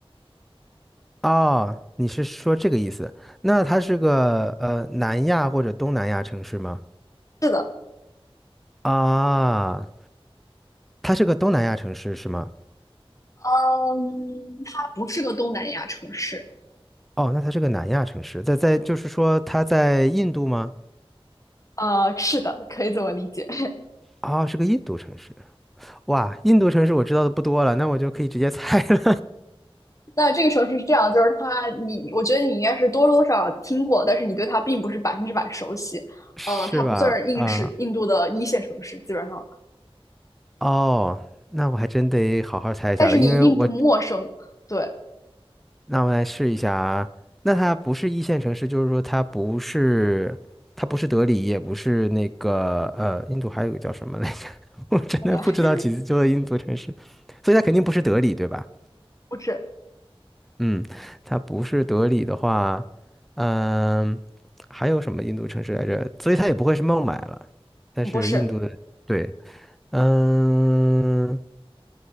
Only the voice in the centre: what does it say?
哦，你是说这个意思？那它是个呃南亚或者东南亚城市吗？
啊，它是个东南亚城市是吗？
哦，那它是个南亚城市，在在就是说它在印度吗？
啊、是个印度城市。哇，印度城市我知道的不多了，那我就可以直接猜了，
<laughs> 是吧？
啊、
哦，那我还真得好好猜一下了，
因为我
那我来试一下啊。那它不是一线城市，就是说它不是它不是德里，也不是那个呃，印度还有个叫什么来着？<laughs> 我真的不知道几座印度城市，
所以它肯定不是德里，对吧？
嗯，它不是德里的话，嗯，还有什么印度城市来着？所以它也不会是孟买了，但是印度的，
对，嗯